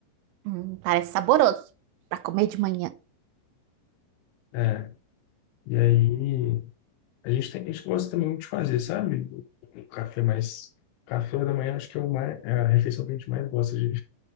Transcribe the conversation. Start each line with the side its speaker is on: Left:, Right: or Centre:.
Right: Hum, parece saboroso para comer de manhã.
Left: É. E aí a gente tem, a gente gosta também muito de fazer, sabe? Um café mais. Café da manhã acho que é, o mais, é a refeição que a gente mais gosta de,